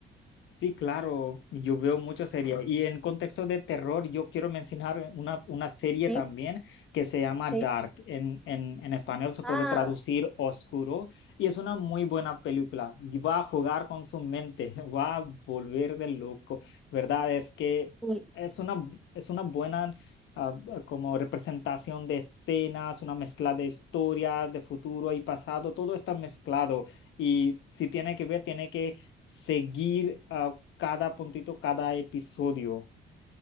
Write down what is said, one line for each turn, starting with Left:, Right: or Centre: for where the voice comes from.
Left: Sí, claro, yo veo muchas series. Y en contexto de terror, yo quiero mencionar una, una serie
Centre: Sí,
Left: también que se llama
Centre: sí.
Left: Dark. En, en, en español se puede
Centre: Ah,
Left: traducir oscuro y es una muy buena película. Y Va a jugar con su mente, <laughs> va a volver de loco, ¿verdad? Es que
Centre: sí.
Left: es una, es una buena ah, ah, como representación de escenas, una mezcla de historias, de futuro y pasado, todo está mezclado. Y si tiene que ver, tiene que seguir ah, cada puntito, cada episodio.